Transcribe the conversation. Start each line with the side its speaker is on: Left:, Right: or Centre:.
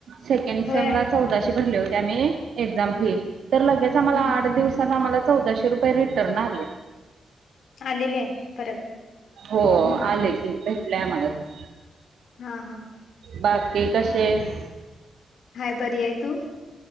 Right: सेकें कंड सेमलाचं
Left: होय
Right: चौदाशे भरले होते आम्ही एक्झाम फी, तर लगेच आम्हाला
Left: हम्म
Right: आठ दिवसात आम्हाला चौदाशे रुपये रिटर्न आले.
Left: आलेले आहे परत
Right: हो
Left: हम्म
Right: आले की, भेटलेय आम्हाला ते.
Left: हां हां.
Right: बाकी कशी येस?
Left: हाय बरी ये, तू?